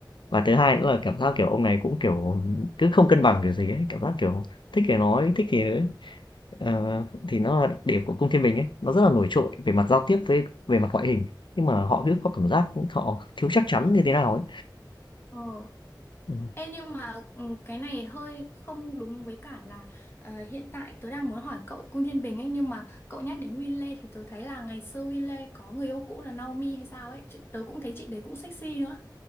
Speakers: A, on the left; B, on the left.
A: và thứ hai nữa là cảm giác kiểu ông này cũng kiểu cứ không cân bằng kiểu gì ấy cảm giác kiểu thích thì nói thích thì ờ, thì nó là đặc điểm của cung thiên bình ấy nó rất là nổi trội về mặt giao tiếp với về mặt ngoại hình nhưng mà họ cứ có cảm giác họ thiếu chắc chắn như thế nào ấy
B: ờ.
A: Ừ.
B: Ê, nhưng mà ừ, cái này hơi không đúng với cả là ờ, hiện tại tớ đang muốn hỏi cậu Cung Thiên Bình ấy nhưng mà cậu nhắc đến Winley thì tớ thấy là ngày xưa Winley có người yêu cũ là Naomi hay sao ấy Chị- tớ cũng thấy chị đấy cũng sexy nữa